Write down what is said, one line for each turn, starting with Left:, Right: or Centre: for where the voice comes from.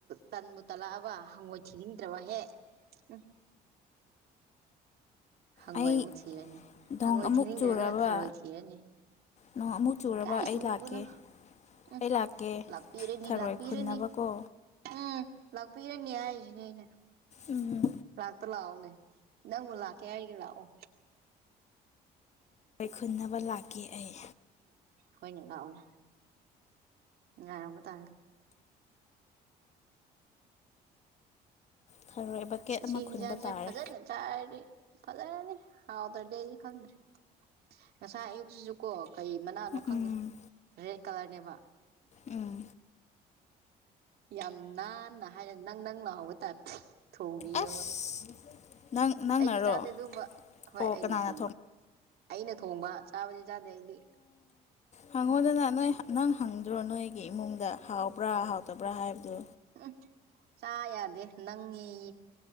Right: ꯇꯟꯕꯨ ꯇꯜꯂꯛꯑꯕ ꯍꯪꯉꯣꯏ ꯊꯤꯅꯤꯡꯗ꯭ꯔꯕ ꯍꯦꯛ ꯎꯝ ꯍꯪꯉꯣꯏ
Left: ꯑꯩ
Right: ꯑꯃꯨꯛ ꯊꯤꯔꯅꯤ
Left: ꯅꯣꯡ
Right: ꯍꯪꯉꯣꯏ
Left: ꯑꯃꯨꯛ
Right: ꯊꯤꯅꯤꯡꯗꯔꯒ
Left: ꯆꯨꯔꯕ
Right: ꯊꯔꯣꯏ ꯊꯤꯔꯅꯤ꯫
Left: ꯅꯣꯡ ꯑꯃꯨꯛ ꯆꯨꯔꯕ
Right: ꯀꯥꯏ
Left: ꯑꯩ
Right: ꯆꯨꯕꯅꯣ
Left: ꯂꯥꯛꯀꯦ
Right: ꯎꯝ
Left: ꯑꯩ ꯂꯥꯛꯀꯦ
Right: ꯂꯥꯛꯄꯤꯔꯦꯅꯤ
Left: ꯊꯔꯣꯏ
Right: ꯂꯥꯛꯄꯤꯔꯦꯅꯤ
Left: ꯈꯨꯟꯅꯕꯀꯣ
Right: ꯎꯝ ꯂꯥꯛꯄꯤꯔꯅꯤ ꯍꯥꯏꯁꯤꯅꯦ ꯑꯩꯅ
Left: ꯎꯝ
Right: ꯂꯥꯛꯑꯣꯅꯦ ꯅꯪꯕꯨ ꯂꯥꯛꯀꯦ ꯍꯥꯏꯒ ꯂꯥꯛꯑꯣ
Left: ꯂꯥꯏꯈꯨꯅꯕ ꯂꯥꯛꯈꯤ ꯑꯩ
Right: ꯍꯣꯏꯅꯦ ꯂꯥꯛꯑꯣꯅꯦ ꯌꯥꯔꯝꯕ ꯇꯥ
Left: ꯊꯔꯣꯏ ꯕꯛꯀꯦꯠ
Right: ꯁꯤ
Left: ꯑꯃ
Right: ꯏꯤꯡꯖꯥꯡꯁꯦ
Left: ꯈꯨꯟꯕ ꯇꯥꯔꯦ
Right: ꯐꯖꯅ ꯆꯥꯏꯔꯤ ꯐꯖꯔꯅꯤ ꯍꯥꯎꯗ ꯗꯦꯖꯤ ꯈꯟꯔꯤ ꯉꯁꯥꯏ ꯑꯌꯨꯛꯁꯤꯁꯨ ꯀꯣ ꯀꯩ ꯃꯅꯥꯅꯣ ꯈꯪꯗꯦ
Left: ꯎꯝ
Right: ꯔꯦꯠ ꯀꯂꯔꯅꯦꯕ
Left: ꯎꯝ
Right: ꯌꯥꯝ ꯅꯥꯟꯅ ꯍꯥꯏꯔꯦ ꯅꯪ ꯅꯪ ꯂꯍꯧꯕ ꯇꯥꯔꯦ ꯊꯣꯡꯕꯤꯔꯕ
Left: ꯑꯁ ꯅꯪ ꯅꯪꯅꯔꯣ
Right: ꯑꯩꯗꯤ ꯆꯥꯗꯦ ꯑꯗꯨꯒꯝꯕ ꯍꯣꯏ
Left: ꯑꯣ
Right: ꯑꯩꯅ
Left: ꯀꯅꯥꯅ
Right: ꯊꯣꯡꯕ ꯑꯩꯅ ꯊꯣꯡꯕ ꯆꯥꯕꯗꯤ ꯆꯥꯗꯦ ꯑꯩꯗꯤ
Left: ꯍꯪꯉꯣꯗꯅ ꯅꯣꯏ ꯅꯪ ꯍꯪꯗ꯭ꯔꯣ ꯅꯣꯏꯒꯤ ꯏꯃꯨꯡꯗ ꯍꯥꯎꯕ꯭ꯔꯥ ꯍꯥꯎꯇꯕ꯭ꯔꯥ ꯍꯥꯏꯕꯗꯨ
Right: ꯎꯝ ꯆꯥ ꯌꯥꯗꯦ ꯅꯪꯉ